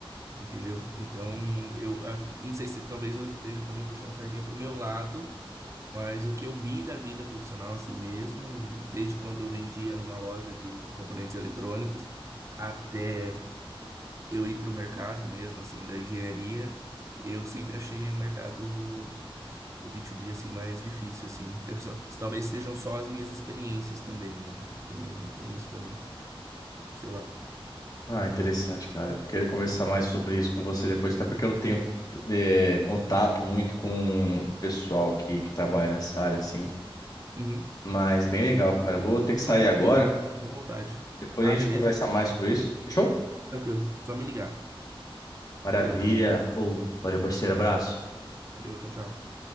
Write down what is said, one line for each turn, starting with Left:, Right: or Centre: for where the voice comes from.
Right: Entendeu? Então, eu ah, não sei se talvez eu esteja também puxando sardinha para o meu lado, mas o que eu vi da vida profissional assim mesmo, desde quando eu vendia numa loja de componentes eletrônicos até eu ir para o mercado mesmo assim da engenharia, eu sempre achei o mercado o B2B assim mais difícil assim. Eu só- talvez sejam só as minhas experiências também, né? Também não tem isso também, sei lá.
Left: Ah, interessante, cara. Eu queria conversar mais sobre isso com você depois, até porque eu não tenho é, contato muito com o pessoal que, que trabalha nessa área, assim.
Right: Uhum.
Left: Mas bem legal, cara. Eu Vou ter que sair
Right: Não, tranquilo,
Left: agora.
Right: fica à vontade.
Left: Depois
Right: Ah,
Left: a gente
Right: beleza,
Left: conversa mais sobre isso. Fechou?
Right: tranquilo. Só me ligar.
Left: Maravilha.
Right: Valeu, cara.
Left: Ou valeu, parceiro. Abraço.
Right: Valeu, tchau, tchau.